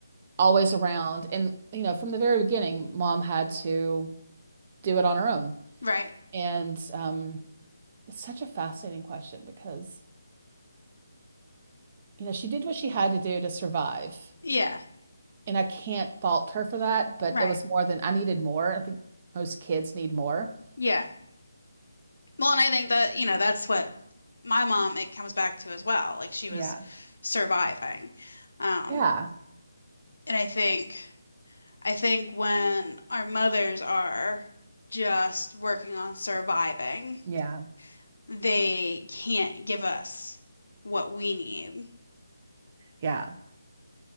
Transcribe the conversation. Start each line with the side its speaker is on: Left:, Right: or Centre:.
Right: always around. And you know, from the very beginning, mom had to do it on her own.
Left: Right.
Right: And um, it's such a fascinating question because, you know, she did what she had to do to survive.
Left: Yeah.
Right: And I can't fault her for that, but
Left: Right.
Right: it was more than I needed more. I think most kids need more.
Left: Yeah. Well, and I think that, you know, that's what my mom, it comes back to as well. Like she was
Right: Yeah.
Left: surviving. Um,
Right: Yeah.
Left: and I think, I think when our mothers are just working on surviving,
Right: Yeah.
Left: they can't give us what we need.
Right: Yeah.